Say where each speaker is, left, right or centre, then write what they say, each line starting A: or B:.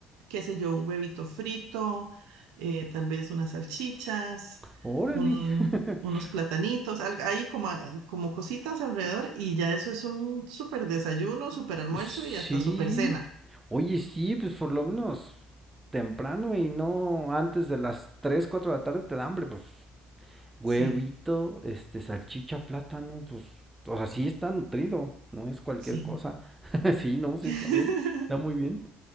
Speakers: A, on the right (about 65°); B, on the right (about 15°).
A: qué sé yo, un huevito frito, eh, tal vez unas salchichas,
B: Órale.
A: un-
B: <laughs>
A: unos platanitos, al- ahí como, a- como cositas alrededor, y ya eso es un súper desayuno, súper almuerzo
B: Sí.
A: y hasta súper cena.
B: Oye, sí, pues por lo menos temprano y no antes de las 3, 4 de la tarde te da hambre, pues huevito,
A: Sí,
B: este, salchicha, plátano, pues, o sea, sí está nutrido, no es cualquier
A: sí.
B: cosa. <laughs> Sí, no, sí
A: <laughs>
B: está bien, está muy bien.